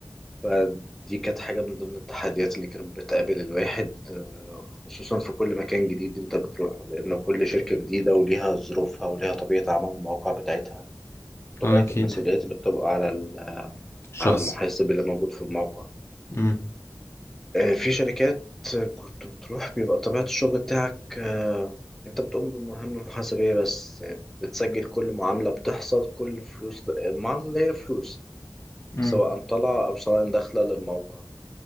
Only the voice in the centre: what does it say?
فدي كانت حاجة من ضمن التحديات اللي كانت بتقابل الواحد آه، خصوصا في كل مكان جديد أنت بتروحه لأن كل شركة جديدة وليها ظروفها وليها طبيعة عمل المواقع بتاعتها وطبيعة
المسؤوليات اللي بتبقى على ال-
على المحاسب اللي موجود في الموقع.
آه، في شركات كنت بتروح بيبقى طبيعة الشغل بتاعك آه، انت بتقوم بمهام محاسبية بس آه، بتسجل كل معاملة بتحصل كل فلوس المعاملة اللي هي فلوس
سواء طالعة أو سواء داخلة للموقع